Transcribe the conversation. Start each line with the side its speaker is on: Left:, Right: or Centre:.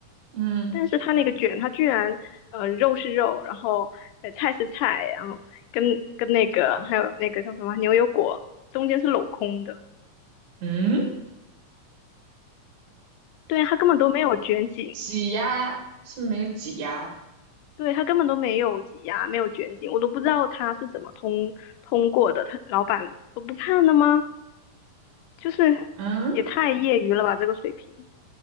Right: 嗯
Left: 但是她那个卷，她居然呃肉是肉，然后呃菜是菜，然后跟跟那个还有那个叫什么牛油果中间是镂空的，
Right: 嗯。
Left: 对啊，她根本都没有卷紧。
Right: 挤压是不是没有挤压。
Left: 对，他根本都没有挤压，没有卷紧，我都不知道他是怎么通通过的，他老板都不看的吗？就是也太业余了吧，
Right: 嗯，
Left: 这个水平。